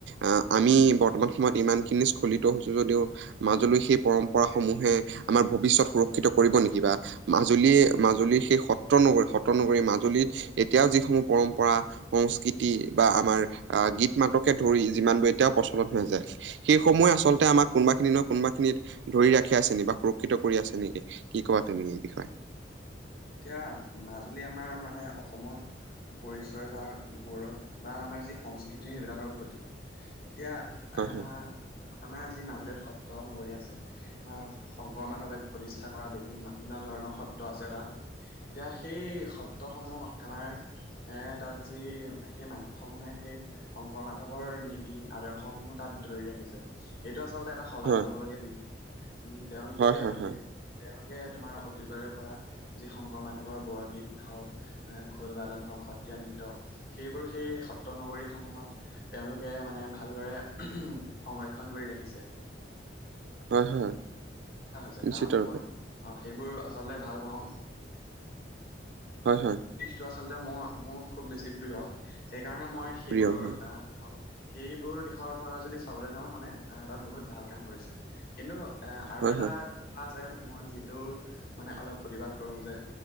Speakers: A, on the right; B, on the left.
A: আহ আমি অকণমান <unintelligible> সময়ত ইমানখিনি স্খলিত হৈছোঁ যদিও, মাজুলী সেই পৰম্পৰা সমূহে, আমাৰ ভৱিষ্যত সুৰক্ষিত কৰিব নেকি? বা মাজুলীয়ে, মাজুলীৰ সেই সত্ৰ নগৰী, সত্ৰ নগৰী মাজুলীত, এতিয়াও যিসমূহ পৰম্পৰা সংস্কৃতি বা আমাৰ, আহ গীত, নাটককে ধৰি যিমানবোৰ এতিয়া হৈ যায়। সেই
B: উম
A: সমুহে
B: উম
A: আল আচলতে আমাক, কোনোবা খিনি নহয়, কোনোবাখিনিত ধৰি ৰাখি আছে নেকি, বা সুৰক্ষিত কৰি আছে নেকি? কি ক'বা তুমি
B: উম
A: এই বিষয়?
B: এতিয়া, মাজুলী আমাৰ মানে, অসমৰ পৰিচয় বা গৌৱ বা আমাৰ যি সংস্কৃতিৰ, সেইবিলাকৰ প্ৰতীক, এতিয়া
A: হয়
B: আহ,
A: হয়
B: আমাৰ যি মাজুলীত সত্ৰ নগৰীয়া আছে, বা শংকৰ, মাধৱে প্ৰতিষ্ঠা কৰা বিভিন্ন বিভিন্ন ধৰণৰ সত্ৰ আছে তাত, এতিয়া সেই সত্ৰসমূহ আমাৰ এ, তাত যি সেই মানুহ সমূহে, সেই শংকৰ, মাধৱৰ নীতি আদৰ্শ সমূহ তাত ধৰি ৰাখিছে। সেইটো আচলতে এটা শলাগ
A: হয়
B: ল'ব লগীয়া বিষয়, উম, তেওঁলোকে
A: হয় হয়
B: অতি
A: হয়
B: তেওঁলোকে তোমাৰ অতীতৰে পৰা, যি শংকৰ মাধৱৰ বৰগীত হওঁক খোল, বাদন হওঁক, সত্ৰীয়া নৃত্য, সেইবোৰ সেই সত্ৰ নগৰীসমূহত তেওঁলোকে মানে ভালদৰে, উম, সংৰক্ষণ কৰি ৰাখিছে।
A: হয়, হয়।
B: হৈছে,
A: নিশ্চিত
B: কাৰণ
A: ৰূপে
B: মই, অ', সেইবোৰ আচলতে ভাল পাওঁ।
A: হয়, হয়।
B: দিশটো আচলতে মোৰ, মোৰ খুব বেছি প্ৰিয়, সেইকাৰণে মই সেইবোৰ
A: প্ৰিয় হয়
B: অ', সেইবোৰ দিশৰ পৰা যদি চাবলৈ যাওঁ মানে, আহ তাত বহুত ভাল কাম কৰিছে, কিন্তু আৰু
A: হয়
B: এটা
A: হয়
B: কথা আছে, মই যিটো মানে অলপ প্ৰতিবাদ কৰোঁ যে